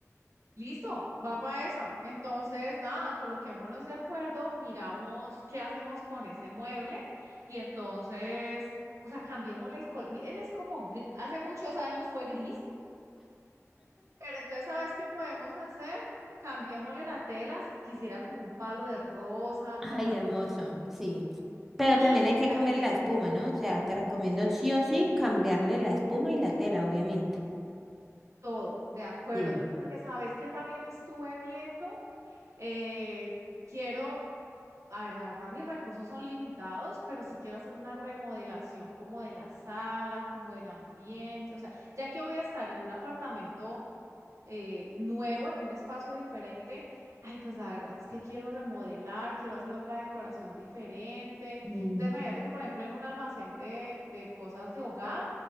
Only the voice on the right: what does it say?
Listo, va para esa. Entonces, nada, coloquémonos de acuerdo, miramos qué hacemos con ese mueble y entonces, o sea, cambiémosle el color. Él es como, gri- hace muchos años fue gris, pero entonces, ¿sabes qué podemos hacer? Cambiémosle la tela, quisiera como un palo de rosa,
como algo
así.
Y
ya,
todo, de acuerdo,
porque sabes que también estuve viendo, eh, quiero A ver, la verdad, mis recursos son limitados, pero si quiero hacer una remodelación como de la sala, como del ambiente, o sea, ya que voy a estar en un apartamento eh, nuevo, en un espacio diferente, ay, pues la verdad es que quiero remodelar, quiero hacer otra decoración diferente.
Entonces, imagínate que, por ejemplo, en un almacén de, de cosas de hogar,